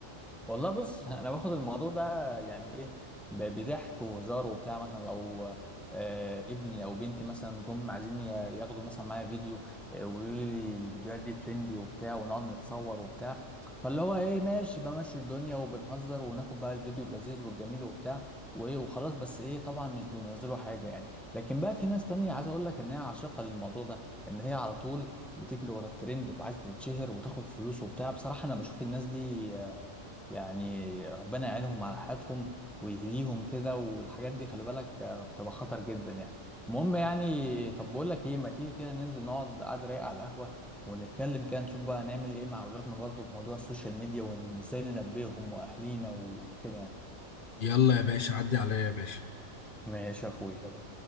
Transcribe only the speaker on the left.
يلا يا باشا عدي عليا يا باشا